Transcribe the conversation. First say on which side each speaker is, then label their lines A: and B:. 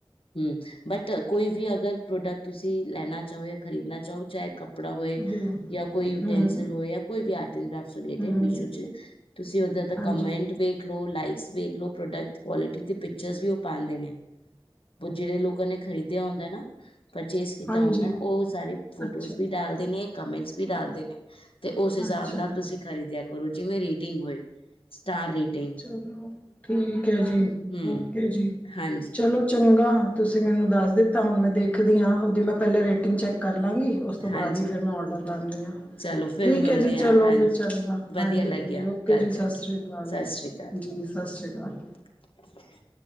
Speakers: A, on the left; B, on the left.
A: ਹੂ ਬਟ ਕੋਈ ਵੀ ਅਗਰ ਪ੍ਰੋਡਕਟ? ਤੁਸੀਂ ਲੈਣਾ ਚਾਹੋ, ਜਾਂ ਖਰੀਦਣਾ ਚਾਹੋ ਚਾਹੇ ਕੱਪੜਾ ਹੋਏ,
B: ਜੀ ਹੂੰ
A: ਜਾਂ ਕੋਈ ਯੂਟੈਂਸਿਲ
B: ਹੂੰ
A: ਹੋਏ, ਕੋਈ ਵੀ ਆਰਟ ਐਂਡ ਕਰਾਫਟ, ਰਿਲੇਟਡ
B: ਹੂੰ ਹੂੰ
A: ਮੀਸ਼ੂ ਚੱ? ਤੁਸੀਂ ਉਹਦੇ ਦਾ
B: ਹਾਂਜੀ
A: ਕਮੈਂਟ ਵੀੇ। <unintelligible> ਲਾਈਕਸ ਵੇਖ ਲੋ ਪ੍ਰੋਡਕਟ ਕੁਆਲਿਟੀ ਦੇ ਪਿਕਚਰਸ ਵੀ ਉਹ ਪਾਂਦੇ ਨੇ। ਔ ਜੇੜੇ ਲੋਕਾਂ ਨੇ ਓਹ ਖਰੀਦਿਆ ਹੁੰਦਾ ਨਾ ਪਰਚੇਸ ਕੀਤਾ
B: ਹਾਂਜੀ
A: ਹੁੰਦਾ ਉਹ ਸਾਰੇ ਫੋਟੋਸ
B: ਅੱਛਾ ਜੀ
A: ਵੀ ਡਾਲਦੇ ਨੇ ਕਮੇੰਟ੍ਸ ਵੀ ਡਾਲਦੇ ਨੇ। ਤੇ ਉਸ ਹਿਸਾਬ
B: ਅੱਛਾ
A: ਨਾਲ
B: ਜੀ।
A: ਤੁਸੀਂ ਖਰੀਦਿਆ ਕਰੋ ਜਿਵੇਂ ਰੇਟਿੰਗ ਹੋਏ ਸਟਾਰ ਰੇਟਿੰਗ ਤੇ।
B: ਚਲੋ ਠੀਕ ਹੈ ਜੀ
A: ਹਮ
B: ਓਕੇ ਜੀ
A: ਹਾਂਜੀ
B: ਚਲੋ ਚੰਗਾ। ਤੁਸੀਂ ਮੈਨੂੰ ਦੱਸ ਦਿੱਤਾ ਹੁਣ ਮੈਂ ਦੇਖਦੀ ਆਂ ਉਹਦੀ ਮੈਂ ਪਹਿਲੇ ਰੇਟਿੰਗ ਚੈੱਕ ਕਰ ਲਾਂਗੀ, ਉਸ ਤੋਂ ਬਾਅਦ
A: ਹਾਂਜੀ
B: ਹੀ ਫਿਰ ਮੈਂ ਔਡਰ ਲਾਨੀ ਆਂ।
A: ਚਲੋ ਫਿਰ
B: ਠੀਕ
A: ਮਿਲਦੇ
B: ਹੈ ਜੀ ਚਲੋ
A: ਹਾਂ ਹਾਂਜੀ
B: ਫਿਰ ਚੰਗਾ
A: ਵਧੀਆ
B: ਹਾਂਜੀ
A: ਲੱਗਿਆ
B: ਹਾਂਜੀ ਓਕੇ
A: ਗੱਲ
B: ਜੀ ਸਤਿ
A: ਕਰਕੇ
B: ਸ੍ਰੀ ਅਕਾਲ।
A: ਸਤਿ ਸ੍ਰੀ ਅਕਾਲ
B: ਜੀ ਸਤਿ ਸ਼੍ਰੀ ਅਕਾਲ।
A: <inaudible>